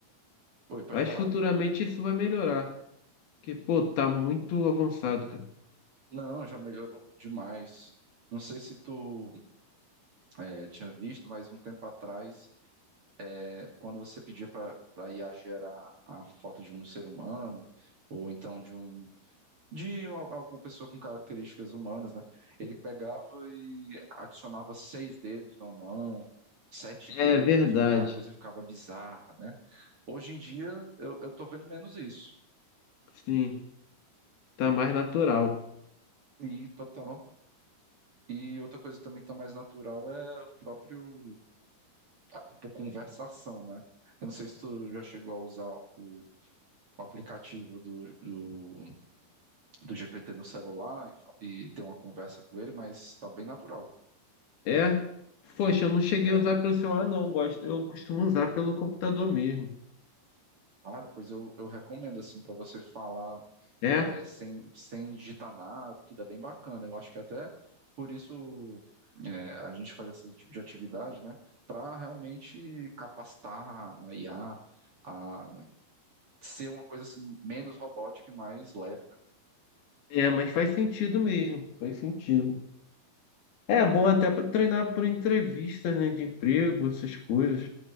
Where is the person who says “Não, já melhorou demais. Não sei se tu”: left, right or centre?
Right